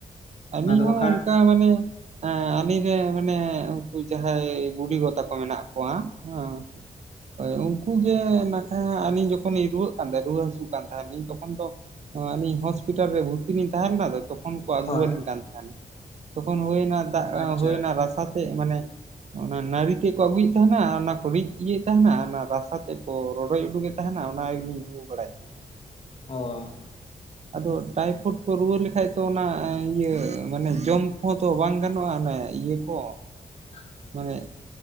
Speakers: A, on the right; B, on the left.
A: ᱟᱞᱤᱧ
B: ᱚᱱᱟ ᱫᱚ
A: ᱦᱚᱸ
B: ᱵᱟᱠᱷᱟᱱ
A: ᱚᱱᱠᱟ ᱢᱟᱱᱮ ᱮᱸ ᱟᱞᱤᱧ ᱨᱮᱱ ᱢᱟᱱᱮ ᱩᱱᱠᱩ ᱡᱟᱸᱦᱟᱸᱭ ᱵᱩᱰᱤᱜᱚ ᱛᱟᱠᱚ ᱢᱮᱱᱟᱜ ᱠᱚᱣᱟ᱾ ᱦᱚᱸ ᱦᱳᱭ ᱩᱱᱠᱩ ᱜᱮ ᱱᱟᱠᱷᱟᱡ ᱟᱹᱞᱤᱧ ᱡᱚᱠᱷᱚᱱ ᱞᱤᱧ ᱨᱩᱣᱟᱹᱜ ᱠᱟᱱ ᱛᱟᱦᱮᱱᱟ ᱨᱩᱣᱟᱹ ᱦᱟᱹᱥᱩᱜ ᱠᱟᱱ ᱛᱟᱦᱮ ᱞᱤᱧ ᱛᱚᱠᱷᱚᱱ ᱫᱚ᱾ ᱦᱚ ᱟᱞᱤᱧ ᱦᱚᱥᱯᱤᱴᱟᱞ ᱨᱮ ᱵᱷᱚᱨᱛᱤ ᱞᱤᱧ ᱛᱟᱦᱮᱱ ᱠᱟᱱ ᱛᱚᱠᱷᱚᱱ ᱠᱚ ᱟᱹᱜᱩ
B: ᱦᱳᱭ
A: ᱟᱹᱞᱤᱧ ᱠᱟᱱ ᱛᱟᱦᱮᱱᱟ, ᱛᱚᱠᱷᱚᱱ ᱦᱳᱭᱱᱟ ᱫᱟᱜ
B: ᱟᱪᱪᱷᱟ
A: ᱦᱩᱭᱱᱟ ᱨᱟᱥᱟ ᱪᱮᱫ ᱢᱟᱱᱮ ᱚᱱᱟ ᱱᱟᱲᱤ ᱛᱮᱫ ᱠᱚ ᱟᱹᱜᱩᱭᱮᱫ ᱛᱟᱦᱮᱱᱟ ᱚᱱᱟ ᱠᱚ ᱨᱤᱫ ᱤᱭᱟᱹᱭᱮᱫ ᱛᱟᱦᱮᱱᱟ ᱚᱱᱟ ᱨᱟᱥᱟ ᱛᱮᱫ ᱠᱚ ᱨᱚᱰᱚᱡ ᱩᱰᱩᱜᱮᱫ ᱛᱟᱦᱮᱱᱟ ᱚᱱᱟᱜᱤᱞᱤᱧ ᱧᱩ ᱵᱟᱲᱟᱭᱮᱫ ᱛᱟ
B: ᱚ
A: ᱟᱫᱚ ᱴᱟᱭᱯᱷᱚᱰ ᱠᱚ ᱨᱩᱣᱟᱹ ᱞᱮᱠᱷᱟᱡ ᱛᱚ ᱚᱱᱟ ᱤᱭᱟᱹ ᱢᱟᱱᱮ ᱡᱚᱢ ᱠᱚᱦᱚᱸ ᱛᱚ ᱵᱟᱝ ᱜᱟᱱᱚᱜᱼᱟ ᱚᱱᱮ ᱤᱭᱟᱹ ᱠᱚ
B: ᱚ
A: ᱢᱟᱱᱮ